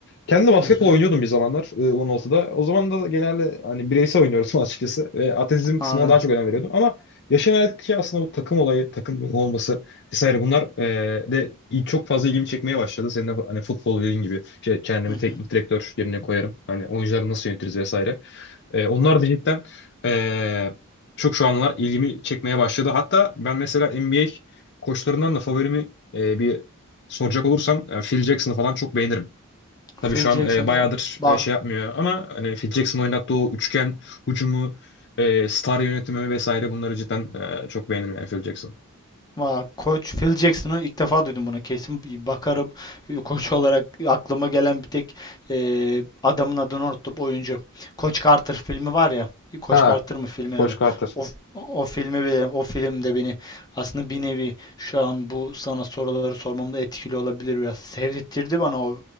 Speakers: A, on the left; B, on the left.
A: Kendi basketbol
B: Hı hı,
A: oynuyordum bir zamanlar eee, 16'da. O zaman da genelde hani bireysel oynuyoruz <laughs> açıkçası. Ve atletizm kısmına
B: anladım.
A: daha çok önem veriyordum. Ama yaşım ilerledikçe aslında bu takım olayı, takım olması vesaire bunlar eee, de iyi- çok fazla ilgimi çekmeye başladı. Senin de hani futbol dediğin gibi şey, kendimi
B: Hı hı.
A: teknik direktör yerine koyarım. Hani oyuncuları nasıl yönetiriz vesaire. E, onlar da cidden e, çok şu anlar ilgimi çekmeye başladı. Hatta ben mesela NBA koçlarından da favorimi e, bir soracak olursam e, Phil Jackson'ı falan çok beğenirim. Tabii
B: Phil
A: şu
B: Jackson
A: an e, bayağıdır
B: o. Bak
A: e, şey yapmıyor ama hani Phil Jackson oynattığı o üçgen hücumu, e, star yönetimi vesaire bunları cidden e, çok beğenirim yani Phil Jackson.
B: Vay, Koç Phil Jackson'ı ilk defa duydum bunu. Kesin bir bakarım. Koç olarak aklıma gelen bir tek e, adamın adını unuttum. Oyuncu. Koç Carter filmi var ya. Koç
A: Ha,
B: Carter mı filmin
A: Coach
B: adı?
A: Carter.
B: O, o filmi bile, o filmde beni aslında bir nevi şu an bu sana soruları sormamda etkili olabilir biraz. Sevdirtti bana o